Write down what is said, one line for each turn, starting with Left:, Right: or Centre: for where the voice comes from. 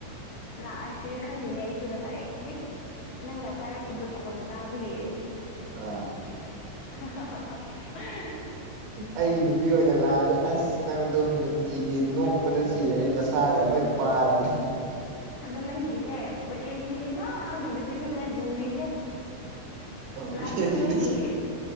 Left: ꯂꯥꯛꯑꯁꯤꯔ ꯈꯜꯂꯤꯅꯦ ꯑꯩꯁꯨ ꯉꯁꯥꯏ ꯍꯦꯛ ꯅꯪꯅ ꯄꯥꯏꯔꯛꯄꯗꯣ ꯈꯣꯟ ꯇꯥꯕꯒꯤ
Right: ꯎꯝ ꯑꯥ
Left: <inaudible>
Right: ꯑꯩꯒꯤ ꯅꯨꯄꯤ ꯑꯣꯏꯅ ꯂꯥꯛꯑꯗꯤ ꯑꯁ ꯅꯪ ꯑꯗꯨꯝ ꯅꯨꯇꯤꯒꯤ ꯅꯣꯛꯄꯗ ꯁꯤꯔꯅꯤ ꯅꯁꯥꯒ ꯂꯣꯏ ꯄꯥꯔꯅꯤ
Left: ꯑꯗꯣ ꯅꯪꯒꯤꯁꯦ ꯚꯦꯀꯦꯟꯁꯤꯁꯦ ꯁꯨꯡ ꯍꯥꯡꯗꯕꯁꯤꯅꯅꯦ ꯂꯨꯔꯤꯁꯦ ꯂꯥꯁꯇ
Right: ꯚꯦꯀꯦꯟꯁꯤꯗ
Left: ꯅꯣꯏꯒꯤ